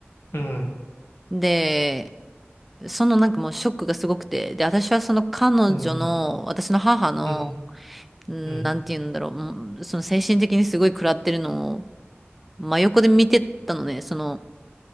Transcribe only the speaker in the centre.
で、そのなんかもうショックがすごくて、で、私はその彼女の、
私の母の、
うんなんて言うんだろう、
うんその精神的にすごい食らってるのを真横で見てたのね、その